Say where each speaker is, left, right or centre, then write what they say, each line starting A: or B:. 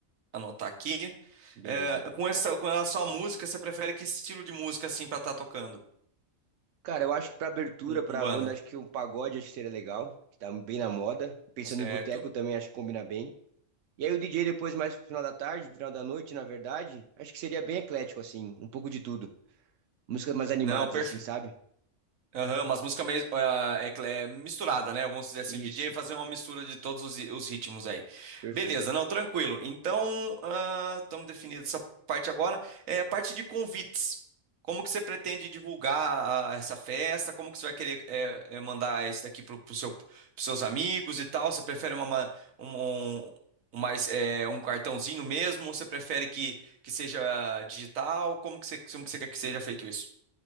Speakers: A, on the right; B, on the right.
A: anotar aqui.
B: Beleza.
A: É, com essa, com relação à música, você prefere que estilo de música assim pra estar tocando?
B: Cara, eu acho que pra abertura,
A: Um,
B: pra
A: um banda,
B: banda, acho que um pagode acho que seria legal, que tá bem na moda. Pensando
A: certo?
B: em boteco também, acho que combina bem. E aí o DJ depois, mais pro final da tarde, pro final da noite, na verdade, acho que seria bem eclético, assim, um pouco de tudo. Músicas mais animadas,
A: Não, perfeito.
B: assim, sabe?
A: Aham, umas músicas meio ah, é, cl- é misturada, né? Vamos dizer assim,
B: Isso.
A: o DJ fazer uma mistura de todos os, os ritmos aí.
B: Perfeito.
A: Beleza, não, tranquilo. Então, estamos definindo essa parte agora. É a parte de convites. Como que você pretende divulgar ah, essa festa? Como que você vai querer eh, eh, mandar isso daqui para pro seu, pros seus amigos e tal? Você prefere uma, ma- um, um- um mais, eh, um cartãozinho mesmo? Ou você prefere que, que seja digital? Como que você, como que você quer que seja feito isso?